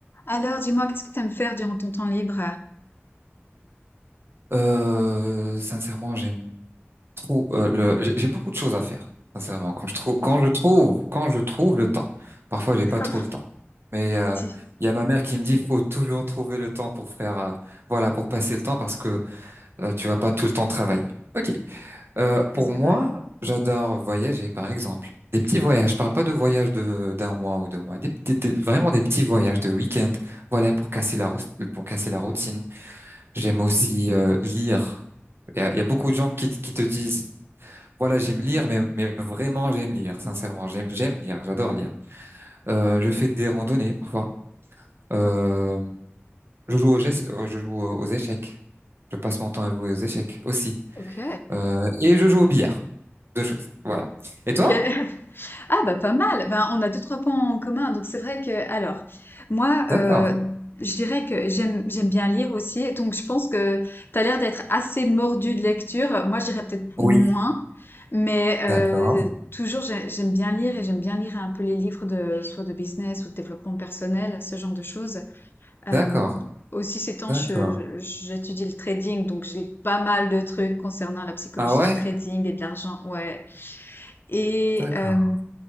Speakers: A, on the left; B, on the right.
A: Alors, dis-moi, qu'est-ce que tu aimes faire durant ton temps libre?
B: Euh, sincèrement, j'aime trop euh, le. J'ai j'ai beaucoup de choses à faire. Sincèrement, quand je trouve, quand je trouve, quand je trouve le temps. Parfois,
A: D'accord.
B: j'ai pas trop le temps. Mais euh,
A: Si,
B: il y a ma mère qui me dit, faut toujours trouver le temps pour faire, euh, voilà, pour passer le temps parce que euh, tu vas pas tout le temps travailler. Ok. Euh,
A: ça
B: pour
A: c'est
B: moi,
A: vrai.
B: j'adore voyager, par exemple. Des petits voyages. Je parle pas de voyages de d'un mois ou deux mois. Des, petits- des- vraiment des petits voyages de week-end. Voilà, pour casser la route, pour casser la routine. J'aime aussi euh, lire. Il y a, il y a beaucoup de gens qui, t- qui te disent, voilà, j'aime lire, mais, mais vraiment, j'aime lire, sincèrement. J'aime, j'aime lire, j'adore lire. Euh, je fais des randonnées parfois. Euh, je joue aux gestes- euh, je joue aux aux échecs. Je passe mon temps à jouer aux échecs aussi.
A: Ok.
B: Euh, et je joue au billard. Deux choses. Voilà. Et toi?
A: Ok. <laughs> Ah bah pas mal. Ben, on a deux trois points en commun. Donc c'est vrai que alors moi
B: D'accord.
A: euh, je dirais que j'aime j'aime bien lire aussi. Donc je pense que tu as l'air d'être assez mordu de lecture. Moi je dirais peut-être moins,
B: Oui.
A: mais euh,
B: D'accord.
A: toujours j'ai- j'aime bien lire et j'aime bien lire un peu les livres de soit de business ou de développement personnel, ce genre de choses. Euh,
B: D'accord.
A: aussi, ces temps,
B: D'accord.
A: je- je- j'étudie le trading, donc j'ai pas mal de trucs concernant la psychologie
B: Ah ouais?
A: du trading et de l'argent, ouais. Et
B: D'accord.
A: euh,